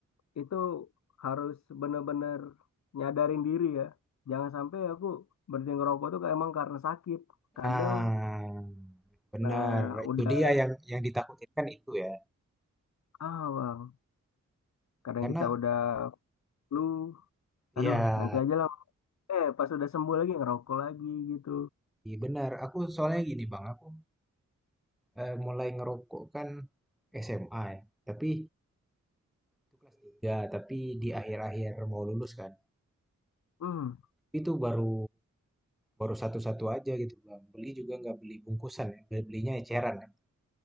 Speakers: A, on the left; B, in the centre.
A: itu harus bener-bener nyadarin diri ya. Jangan sampai aku berhenti ngerokok tuh kayak emang karena sakit. Kadang
B: nah, benar.
A: nah udah
B: Itu dia yang yang ditakutin kan itu ya.
A: ah Bang, kadang
B: Karena
A: kita udah flu,
B: ya,
A: aduh nanti aja lah. Eh pas udah sembuh lagi ngerokok lagi gitu.
B: iya benar. Aku soalnya gini Bang, aku eh, mulai ngerokok kan SMA ya. Tapi itu kelas 3 tapi di akhir-akhir mau lulus kan.
A: Hmm,
B: Itu baru baru satu-satu aja gitu Bang. Beli juga nggak beli bungkusan ya. Beli- Belinya eceran ya.